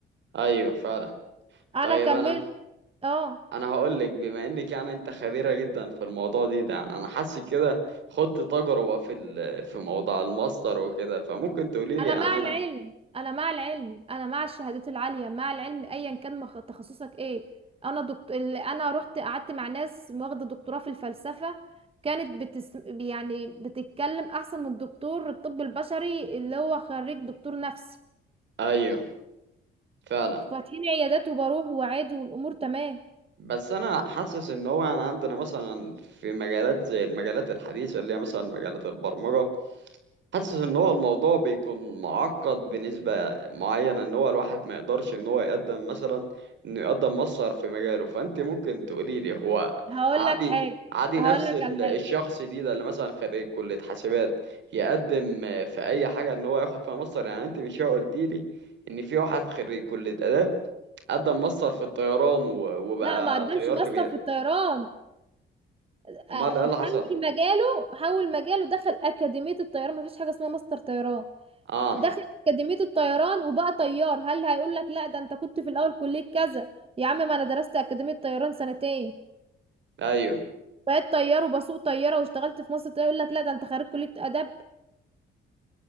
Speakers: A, on the right; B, on the right.
A: ايوه فعلا
B: انا
A: طيب
B: كملت
A: انا
B: اه
A: انا هقول لك بما انك يعني انت خبيرة جدا في الموضوع دي ده يعني انا حاسس كده خدت تجربة في ال- في موضوع الماستر وكده فممكن تقولي
B: انا
A: لي يعني
B: مع
A: انا
B: العلم انا مع العلم انا مع الشهادات العاليه مع العلم ايا كان مخ... تخصصك ايه انا دكت... ال- انا رحت قعدت مع ناس واخده دكتوراه في الفلسفه كانت بتس... يعني بتتكلم احسن من الدكتور الطب البشري اللي هو خريج دكتور نفسي
A: ايوه فعلا
B: فاتحين عيادات وبروح وعادي والامور تمام
A: بس انا حاسس ان هو يعني عندنا مثلا في مجالات زي المجالات الحديثة اللي هي مثلا مجالات البرمجة حاسس ان هو الموضوع بيكون معقد بنسبة معينة ان هو الواحد ما يقدرش ان هو يقدم مثلا انه يقدم مصدر في مجاله فانت ممكن تقولي لي هو
B: هقول
A: عادي
B: لك حاجه
A: عادي
B: هقول
A: نفس
B: لك
A: ال-
B: على حاجه
A: الشخص دي ده اللي مثلا خريج كلية حاسبات يقدم آه، في اي حاجة ان هو ياخد فيها مصدر يعني انت مش قلتي لي ان في واحد خريج كلية آداب قدم مصدر في الطيران و- وبقى
B: لا ما قدمش
A: طيار
B: ماستر
A: كبير
B: في الطيران أ-
A: امال ايه اللي حصل
B: حول مجاله حول مجاله دخل اكاديميه الطيران ما فيش حاجه اسمها ماستر طيران
A: اه
B: دخل أكاديمية الطيران وبقى طيار هل هيقول لك لا ده انت كنت في الأول كلية كذا يا عم ما انا درست أكاديمية طيران سنتين
A: ايوه
B: بقيت طيار وبسوق طيارة واشتغلت في مصر يقول لك لا ده انت خريج كلية آداب